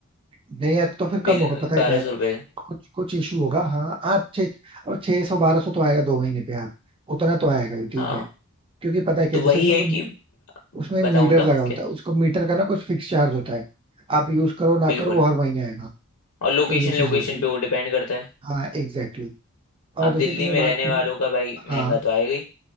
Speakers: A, on the right; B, on the left.
A: नहीं यार तो फिर कम
B: बिल
A: होगा पता है
B: बारह
A: क्या है
B: सौ रुपये
A: कुछ कुछ इशू होगा हाँ आप छः और छह सौ बारह सौ तो आएगा दो महीने पे यार उतना तो आएगा ही ठीक
B: हाँ
A: है क्योंकि पता है क्या
B: तो
A: जैसे
B: वही
A: उसमें
B: है
A: तो
B: कि
A: उसमें एक
B: बताओ
A: मीटर
B: बताओ
A: लगा होता
B: क्या
A: है उसको मीटर का ना कुछ फिक्स चार्ज होता है आप यूज करो ना
B: बिल्कुल
A: करो वो हर महीने आएगा
B: और लोकेशन
A: तो ये चीज
B: लोकेशन
A: होती है
B: पे वो डिपेंड करता है
A: हाँ एग्जैक्टली exactly. और
B: आप
A: जैसे
B: दिल्ली
A: तुमने
B: में
A: बात
B: रहने
A: की
B: वालों
A: ना
B: का भाई
A: हाँ
B: महंगा तो आएगा ही